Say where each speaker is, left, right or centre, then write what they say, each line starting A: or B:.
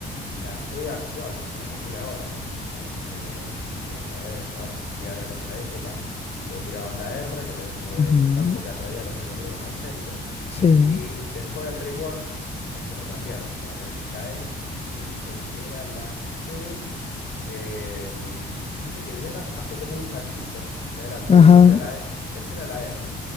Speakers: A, on the left (about 60°); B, on the left (about 30°).
A: la E actual, la que tiene ahora. Este, no sé si llegaste a ver jugar Diana en esa época. Vos tirabas la R, que tenés como
B: Ujú,
A: ese campo que atraía a los enemigos al centro.
B: Sí,
A: Y después del rework, eso lo cambiaron. Ahora esa es la E. Y el que era la E, eh, viste que Diana hace como un saltito hacia adelante.
B: ajá,
A: Esa era la E- esa era la R.